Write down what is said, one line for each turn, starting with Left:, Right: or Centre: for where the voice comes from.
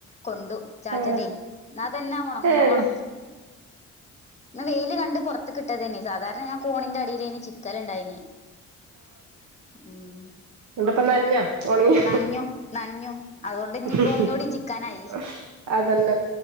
Left: കൊണ്ടു ചാറ്റല്,
Right: ആഹ്
Left: ന്നതന്നെ ഉണ
Right: ഏഹ്
Left: ഉണക്ക്. ന്ന് വെയില് കണ്ട് പൊർത്ക് ട്ടതൈന് സാധാരണ ഞാൻ കോണിന്റെ അടിയിലേന് ചിക്കല് ണ്ടായ്ന്. ഉം
Right: ണ്ട്പ്പ നന്ഞ ഒണ്ങ്യ
Left: നനഞ്ഞു നനഞ്ഞു അതുകൊണ്ട്
Right: <inaudible>
Left: ഇനിയിപ്പോ ഒന്നൂടി ചിക്കാനായി
Right: അതന്നെ,